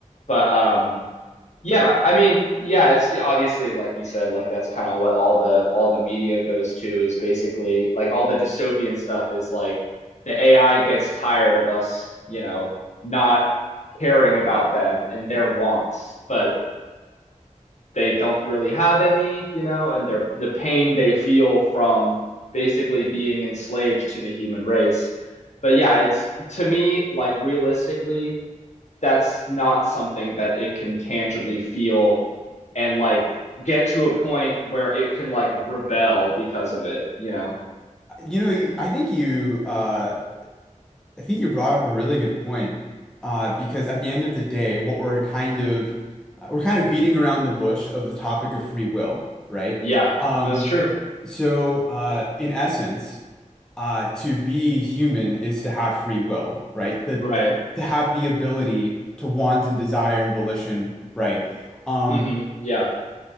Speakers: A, on the left; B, in the centre.
A: but um yeah, I mean, yeah, it's obviously like you said, like that's kind of what all the all the media goes to is basically like all the dystopian stuff is like the AI gets tired of us, you know, not caring about them and their wants, but they don't really have any, you know, and their the pain they feel from basically being enslaved to the human race. But yeah, it's to me like realistically, that's not something that it can tangibly feel and like get to a point where it can like rebel because of it, you know?
B: you know, I think you, uh, I think you brought up a really good point. Uh, because at the end of the day, what we're kind of, uh, we're kind of beating around the bush of the topic of free will, right?
A: Yeah,
B: Um,
A: that's true.
B: So, uh, in essence, uh, to be human is to have free will, right? The,
A: Right.
B: the to have the ability to want and desire and volition, right? Um,
A: hmm Yeah.